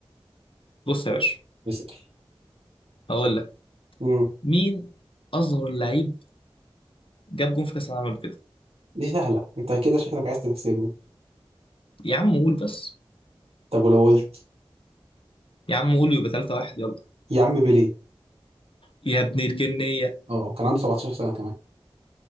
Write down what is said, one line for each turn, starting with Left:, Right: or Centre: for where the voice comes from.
Left: بص يا باشا
Right: اسأل
Left: هقول لك
Right: امم
Left: مين أصغر لعيب جاب جون في كأس العالم كده
Right: دي سهلة انت كده شكلك عايز تكسبني
Left: يا عم قول بس
Right: طب ولو قلت
Left: يا عم قول يبقى 3 1 يلا
Right: يا عم بيليه
Left: يا ابن الجنية
Right: اه كان عنده 17 سنة كمان